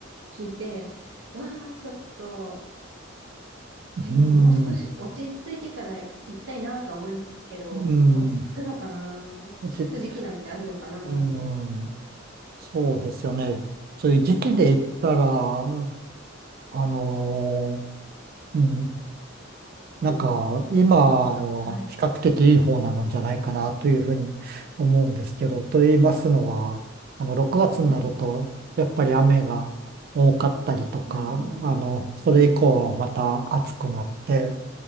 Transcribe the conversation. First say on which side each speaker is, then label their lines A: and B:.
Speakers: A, on the right; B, on the right.
A: 聞いて、うわあ、ちょっと、うん、
B: うん、
A: もう少し落ち着いてから行きたいなとは思いますけど、
B: うん、
A: 落ち着くのかな落ち着く時期なんてあるのかななんて。
B: 落ち着、うん、そうですよね。そういう時期で言ったら、あのー、うん、なんか、今は比較的いい方なのじゃないかなというふうに思うんですけど、
A: はい。
B: と言いますのは、あの、6月になると、
A: はい。
B: やっぱり雨が多かったりとか、
A: うん、うん。
B: あの、それ以降はまた暑くなって、